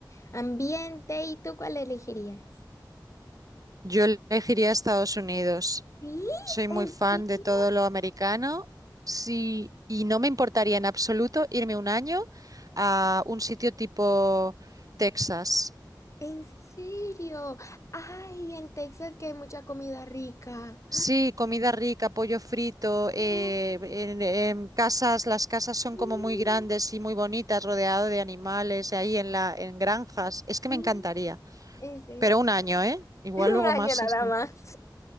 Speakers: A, on the left; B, on the right.
A: ambiente. ¿Y tú cuál elegirías?
B: Yo elegiría Estados Unidos.
A: Sí,
B: Soy muy
A: ¿en
B: fan
A: serio?
B: de todo lo americano. Sí, y no me importaría en absoluto irme un año a un sitio tipo Texas.
A: ¿En serio? Ay, en Texas que hay mucha comida rica.
B: Sí, comida rica, pollo frito, eh,
A: Oh,
B: en, en casas, las casas son
A: Sí,
B: como muy grandes y muy bonitas, rodeado de animales, ahí en la, en granjas. Es que
A: sí.
B: me encantaría.
A: En serio.
B: Pero un año, ¿eh?
A: <laughs>
B: Igual
A: Un
B: luego
A: año
B: más
A: nada
B: esto.
A: más.